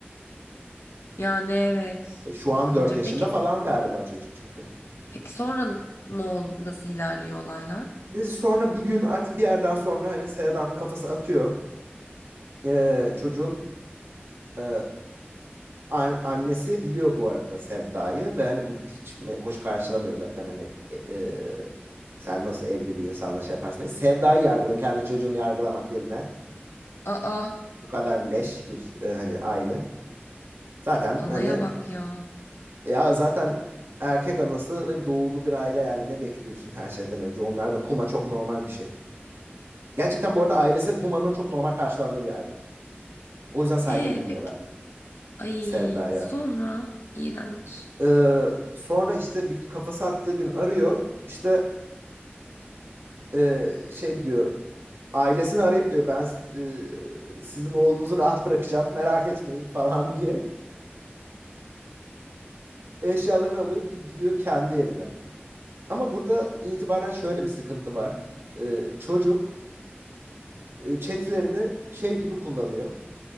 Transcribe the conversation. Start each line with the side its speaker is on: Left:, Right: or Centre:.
Left: Yani evet
Right: E, Şu
Left: bakınca
Right: an 4 yaşında
Left: peki
Right: falan galiba çocuk çünkü.
Left: peki sonra ne ol nasıl ilerliyor olaylar?
Right: Neyse sonra bir gün artık bir yerden sonra hani Sevda'nın kafası atıyor. E, çocuğun e, an- annesi biliyor bu arada Sevda'yı ve hani bu hiç me- hoş karşılamıyor zaten hani e, e, sen nasıl evli bir insanla şey yaparsın diye. Sevda'yı yargılıyor kendi çocuğunu yargılamak yerine.
Left: Aa.
Right: Bu kadar leş bir e, hani aile. Zaten
Left: Anaya
Right: hani
Left: bak ya.
Right: ya zaten erkek anası ve doğulu bir aile yani ne bekliyorsun her şeyden önce? Onlar da kuma çok normal bir şey. Gerçekten bu arada ailesi Huma'nın çok normal karşılandığı bir aile. O yüzden saygı
Left: E
Right: duymuyorlar
Left: peki, ay
Right: Sevda'ya.
Left: sonra iğrenç.
Right: Ee, sonra işte bir gün kafası attığı gün arıyor. İşte e, şey diyor. Ailesini arayıp diyor ben e, sizin oğlunuzu rahat bırakacağım merak etmeyin <laughs> falan diye. Eşyalarını alıyor ki gidiyor kendi evine. Ama burada itibaren şöyle bir sıkıntı var. Ee, çocuk e, chatlerini şey gibi kullanıyor.